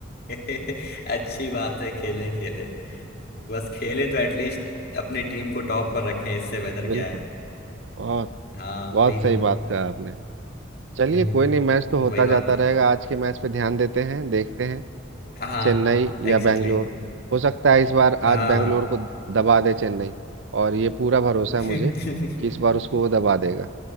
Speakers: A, on the left; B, on the right.
A: अच्छी बात है खेलें खेलें बस खेलें तो एटलीस्ट अपने टीम को टॉप पर रखें इससे बेहतर क्या
B: बिल्कुल
A: है
B: बहुत
A: हाँ
B: बहुत
A: वही ना
B: सही बात कहा आपने चलिए
A: हम्म,
B: कोई नहीं मैच तो होता
A: वही बात
B: जाता
A: है
B: रहेगा आज के मैच पे ध्यान देते हैं देखते हैं
A: हाँ
B: चेन्नई
A: एग्जैक्टली
B: या बैंगलोर हो सकता है इस बार
A: हाँ
B: आज बैंगलोर को दबा दे चेन्नई और ये पूरा भरोसा है
A: <laughs>
B: मुझे कि इस बार उसको वो दबा देगा